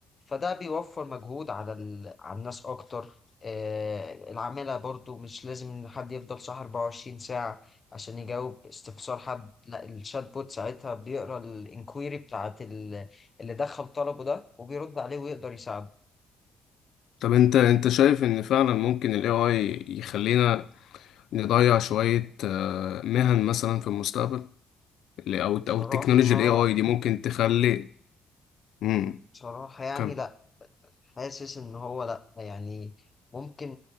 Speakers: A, on the left; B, on the left.
A: فده بيوفر مجهود على ال... على الناس اكتر آه العمالة برضو مش لازم إن حد يفضل صح 24 ساعة عشان يجاوب استفسار حد لا الشات بوت ساعتها بيقرا الانكويري بتاعت ال... اللي دخل طلبه ده وبيرد عليه ويقدر يساعده
B: طب انت انت شايف ان فعلا ممكن ال AI يخلينا نضيع شوية آه، مهن مثلا في المستقبل اللي- او او
A: بصراحة
B: التكنولوجيا ال AI دي ممكن تخلي امم
A: بصراحة يعني
B: كم
A: لا حاسس ان هو لا يعني ممكن